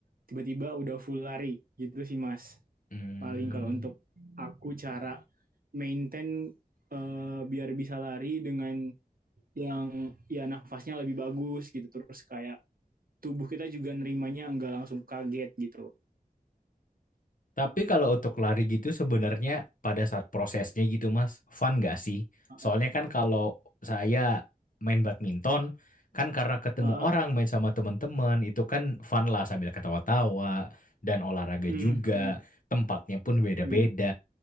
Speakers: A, on the right (about 70°); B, on the left (about 60°).
A: tiba-tiba udah full lari gitu sih Mas
B: hmm.
A: paling kalau untuk aku cara maintain eh, biar bisa lari dengan yang ya nafasnya lebih bagus gitu terus kayak tubuh kita juga nerimanya nggak langsung kaget gitu.
B: Tapi kalau untuk lari gitu sebenarnya pada saat prosesnya gitu Mas, fun gak sih?
A: Heeh,
B: Soalnya kan kalau saya main badminton, kan karena ketemu
A: heeh.
B: orang main sama teman-teman, itu kan fun lah sambil ketawa-tawa dan olahraga
A: Mm,
B: juga,
A: mm,
B: tempatnya pun beda-beda.
A: iya.